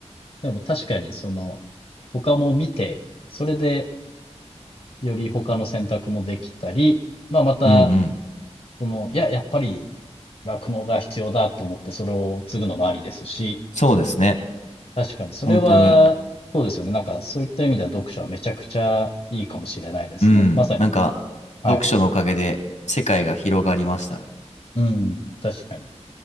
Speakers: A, on the left (about 55°); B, on the left (about 85°).
A: でも確かに、その、他も見て、それでより他の選択もできたり、まあ、また、
B: うんうん。
A: その、いや、やっぱり、酪農が必要だと思って、それを継ぐのもありですし、
B: そうですね。
A: 確かにそれは、
B: 本当に。
A: そうですよね。なんか、そういった意味では読書はめちゃくちゃいいかもしれないですね。
B: うん、
A: まさに。
B: なんか、
A: はい。
B: 読書のおかげで世界が広がりましたね。
A: うん、確かに。